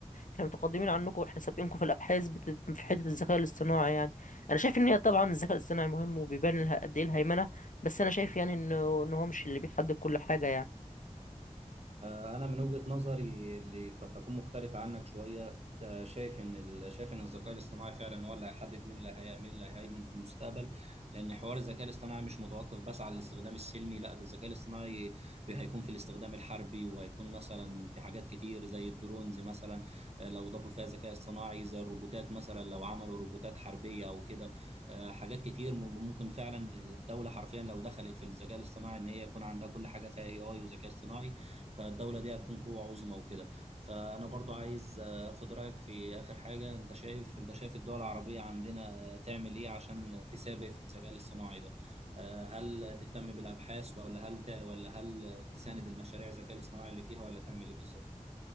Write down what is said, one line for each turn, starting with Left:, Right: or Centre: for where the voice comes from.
Left: احنا متقدمين عنكم واحنا سابقينكم في الابحاث بت... في حتة الذكاء الاصطناعي يعني انا شايف ان هي طبعا الذكاء الاصطناعي مهم وبيبان لها قد ايه الهيمنة بس انا شايف يعني انه ان هو مش اللي بيحدد كل حاجة يعني
Right: آه، أنا من وجهة نظري اللي قد تكون مختلفة عنك شوية آه، شايف إن ال- شايف إن الذكاء الاصطناعي فعلا هو اللي هيحدد مين اللي هي- مين اللي هيهيمن في المستقبل لأن حوار الذكاء الاصطناعي مش متوقف بس على الاستخدام السلمي لا ده الذكاء الاصطناعي بي- هيكون في الاستخدام الحربي وهيكون مثلا في حاجات كتير زي الدرونز مثلا آه، لو ضافوا فيها ذكاء اصطناعي زي الروبوتات مثلا لو عملوا روبوتات حربية أو كده آه، حاجات كتير م- ممكن فعلا الدولة حرفيا لو دخلت في الذكاء الاصطناعي إن هي يكون عندها كل حاجة فيها AI وذكاء اصطناعي فالدولة دي هتكون قوة عظمى وكده فأنا برضو عايز أخد رأيك في آخر حاجة أنت شايف أنت شايف الدول العربية عندنا تعمل إيه عشان تسابق في الذكاء الاصطناعي ده آه، هل تهتم بالأبحاث ولا هل تع- ولا هل تساند المشاريع الذكاء الاصطناعي اللي فيها ولا تعمل إيه بالظبط؟